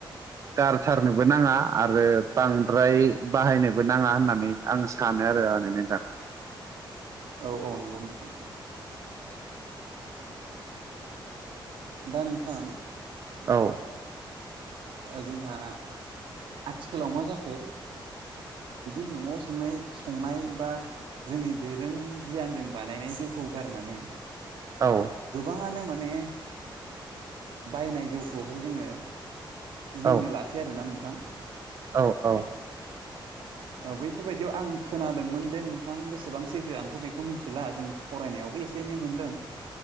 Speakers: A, on the right (about 35°); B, on the right (about 80°).
A: गारथारनोबो नाङा आरो बां द्राय बाहायनोबो नाङा होननानै आं सानो आरो माने नोंथां।
B: औ औ नंगौ नोंथां। दा नोंथां
A: औ
B: जोंहा आथिखालाव मा जाखो। बिदि नआव सोंनाय संनाय बा जोंनि दोरों गियानजों बानायनाय जौखौ गारनानै।
A: औ
B: गोबाङानो माने बायनाय जौखौहाय जोङो। लोंनो
A: औ
B: लासै आरोना नोंथां।
A: औ औ
B: बैफोरबायदियाव आं खोनादोंमोन दे नोंथां बेसेबां सैथो आंथ बेखौ मिथिला जों फरायनायाव। एसे एनै मोनदों